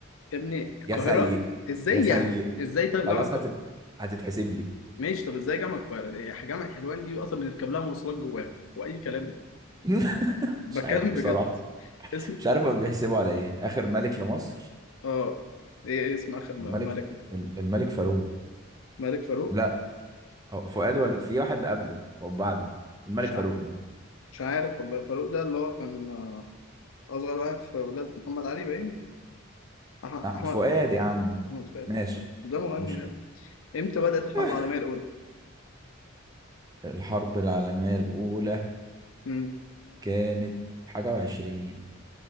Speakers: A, on the left; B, on the right.
A: يا ابني القاهره
B: يا سيء
A: ازاي
B: يا سيء
A: يعني ازاي طيب
B: خلاص
A: جامعه القاهره
B: هتت... هتتحسب لي
A: ماشي طب ازاي جامعه القاهره دي جامعه حلوان دي اصلا بنركب لها مواصلات جواها واي كلام
B: <laughs>
A: بتكلم
B: مش عارف بصراحة
A: بجد اسم
B: مش عارف هم بيحسبوا على ايه اخر ملك لمصر
A: اه ايه إيه اسم اخر م-
B: الملك
A: الملك
B: الملك فاروق
A: الملك فاروق
B: لا هو فؤاد ولا في واحد قبله او بعده الملك
A: مش
B: فاروق
A: عارف.
B: الملك
A: مش عارف والله فاروق ده اللي هو كان آه، أصغر واحد في ولاد محمد علي باين أح-
B: آه،
A: أحمد
B: فؤاد يا عم
A: أحمد فاهم
B: ماشي
A: مش ده مغني
B: مش مشكلة
A: باين إمتى بدأت الحرب
B: <laughs>
A: العالمية الأولى؟
B: الحرب العالمية الأولى
A: امم
B: كانت حاجة وعشرين